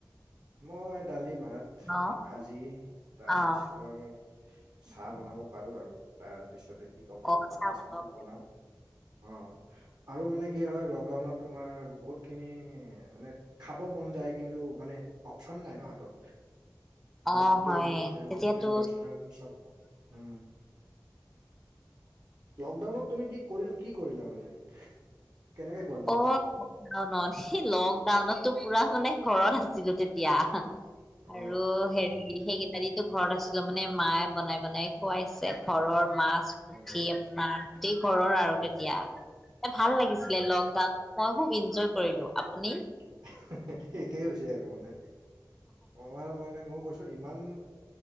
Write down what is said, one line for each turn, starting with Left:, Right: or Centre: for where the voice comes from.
Right: মই, দালি-ভাত,
Centre: অ',
Right: ভাজি। তাৰপিছত,
Centre: অ',
Right: চাহ বনাব পাৰোঁ আৰু। তাৰপিছতে, কি ক'ম
Centre: অ',
Right: আৰু মাংস-চাংস
Centre: চাহ বনাব
Right: বনাওঁ। অ'! আৰু মানে কি হয়, লকডাউনত তোমাৰ, বহুত খিনি মানে, খাব মন যায়। কিন্তু মানে, অপচন নাই ন' হাতত। মানে,
Centre: অ',
Right: গোটেই
Centre: হয়
Right: হোটেল-চোটেল,
Centre: তেতিয়াতো
Right: ৰেষ্টুৰেণ্ট চব অফ। উম! লকডাউনত তুমি, কি কৰি, কি কৰিলা মানে? কেনেকে গ'ল লকডাউনটো
Centre: অ'! সেই, লকডাউনতো পূৰা মানে ঘৰত আছিলোঁ। তেতিয়া
Right: অ
Centre: আৰু হেৰি, সেই এদিননো ঘৰত আছিলোঁ মানে, মায়ে বনাই-বনাই খুৱাইছে, ঘৰৰ মাছ। উঠি
Right: উম
Centre: আপোনাৰ, গোটেই ঘৰৰ আৰু
Right: উম
Centre: তেতিয়া, এ, ভাল লাগিছিলে,
Right: উম
Centre: লগ মই খুউব এনজয় কৰিলোঁ। আপুনি?
Right: <unintelligible> একেই হৈছে আৰু মানে। আমাৰ মানে, মই কৈছোঁ! ইমান